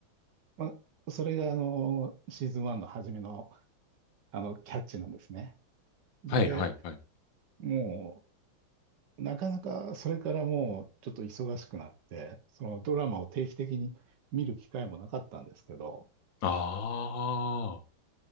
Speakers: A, on the right (about 60°); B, on the left (about 70°).
A: まあ、それが、あのシーズン1の初めの、あのキャッチなんですね。で、
B: はい、はい、はい。
A: もなかなかそれからもうちょっと忙しくなって、そのドラマを定期的に見る機会もなかったんですけど、
B: ああ、